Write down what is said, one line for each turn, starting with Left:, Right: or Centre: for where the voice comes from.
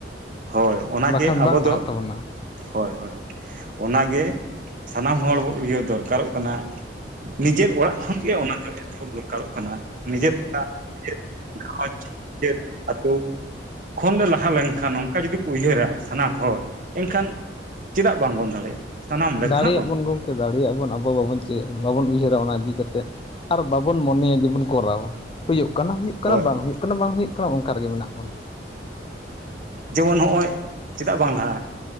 Right: ᱦᱳᱭ ᱚᱱᱟᱜᱮ
Left: ᱵᱟᱠᱷᱟᱱ
Right: ᱟᱵᱚ
Left: ᱵᱟᱝ ᱞᱟᱦᱟᱜ
Right: ᱫᱚ
Left: ᱛᱟᱵᱚᱱᱟ
Right: ᱦᱳᱭ ᱦᱳᱭ ᱚᱱᱟ ᱜᱮ ᱥᱟᱱᱟᱢ ᱦᱚᱲ ᱩᱭᱦᱟᱹᱨ ᱫᱚᱨᱠᱟᱨᱚᱜ ᱠᱟᱱᱟ ᱱᱤᱡᱮᱨ ᱚᱲᱟᱜ ᱠᱷᱚᱱ ᱜᱮ ᱚᱱᱟ ᱫᱚ ᱮᱛᱚ ᱦᱚᱵ ᱫᱚᱨᱠᱟᱨᱚᱜ ᱠᱟᱱᱟ ᱱᱤᱡᱮᱨ ᱚᱲᱟᱜ ᱪᱮᱫ ᱜᱷᱟᱨᱚᱸᱡᱽ ᱪᱮᱫ <unintelligible> ᱟᱹᱛᱩ ᱠᱷᱚᱱ ᱞᱟᱦᱟ ᱞᱮᱱ ᱠᱷᱟᱱ ᱚᱱᱠᱟ ᱡᱩᱫᱤ ᱠᱚ ᱩᱭᱦᱟᱹᱨᱟ ᱥᱟᱱᱟᱢ ᱦᱚᱲ ᱮᱱ ᱠᱷᱟᱱ ᱪᱮᱫᱟᱜ ᱵᱟᱝ ᱵᱚᱱ ᱫᱟᱲᱮᱭᱟᱜᱼᱟ ᱥᱟᱱᱟᱢ ᱞᱮᱠᱟᱱᱟᱜ
Left: ᱫᱟᱲᱮᱭᱟᱜ ᱵᱚᱱ ᱜᱚᱢᱠᱮ ᱫᱟᱲᱮᱭᱟᱜ ᱟᱵᱚᱱ ᱟᱵᱚ ᱵᱟᱵᱚᱱ ᱪᱮᱫ ᱵᱟᱵᱚᱱ ᱩᱭᱦᱟᱹᱨᱟ ᱚᱱᱟ ᱤᱫᱤ ᱠᱟᱛᱮᱫ ᱟᱨ ᱵᱟᱵᱚᱱ ᱢᱚᱱᱮᱭᱟ ᱡᱮᱵᱚᱱ ᱠᱚᱨᱟᱣᱟ ᱦᱩᱭᱩᱜ ᱠᱟᱱᱟ ᱦᱩᱭᱩᱜ ᱠᱟᱱᱟ
Right: ᱦᱳᱭ
Left: ᱵᱟᱝ
Right: ᱦᱳᱭ
Left: ᱦᱩᱭᱩᱜ ᱠᱟᱱᱟ ᱵᱟᱝ ᱦᱩᱭᱩᱜ ᱠᱟᱱᱟ ᱚᱱᱠᱟ ᱨᱮᱜᱮ ᱢᱮᱱᱟᱜ ᱵᱚᱱᱟ
Right: ᱡᱮᱢᱚᱱ ᱦᱚᱸᱜᱼᱚᱭ ᱪᱤᱫᱟᱜ ᱵᱟᱝ ᱞᱟᱦᱟᱜᱼᱟ